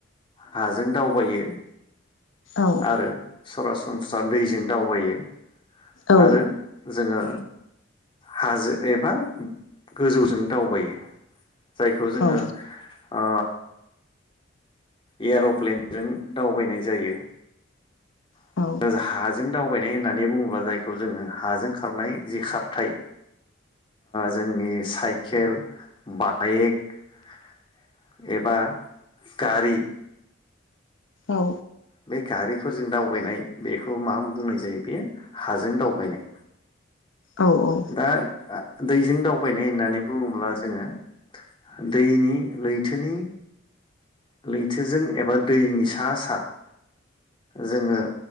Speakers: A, on the left (about 25°); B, on the left (about 85°).
A: हाजों दावबायो
B: औ
A: आरो सरासनस्रा दैजों दावबायो।
B: औ
A: आरो जोङो हाजों एबा गोजौजों दावबायो। जायखौ जोङो
B: औ
A: ओ एयार'प्लेनजों दावबायनाय जायो। <unintelligible>
B: औ
A: हाजों दावबायनाय होननानै बुङोब्ला जायखौ जोङो हाजों खारनाय जि खारथाय जोंनि साइकेल बाइक एबा गारि
B: औ।
A: बे गारिफोरजों दावबायनाय बेखौ मा बुंनाय जायो बेयो हाजों दावबायनाय।
B: औ औ।
A: दा दैजों दावबायनाय होननानै बुङोब्ला जोङो दैनि लैथोनि लैथोजों एबा दैनि सा सा जोङो